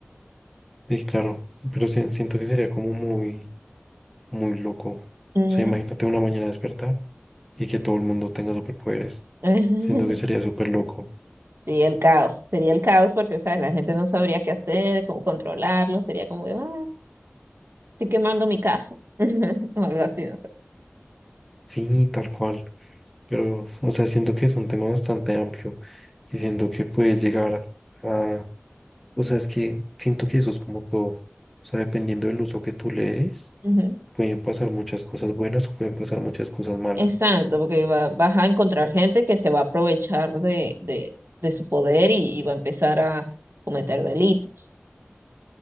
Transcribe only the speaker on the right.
Ujú.
<laughs>
Sí, el caos, sería el caos porque, ¿sabes? La gente no sabría qué hacer, cómo controlarlo, sería como que, "Ah, estoy quemando mi casa, <laughs> o algo así, no sé.
Ujú.
Exacto, porque va- vas a encontrar gente que se va a aprovechar de, de, de su poder y, y va a empezar a cometer delitos.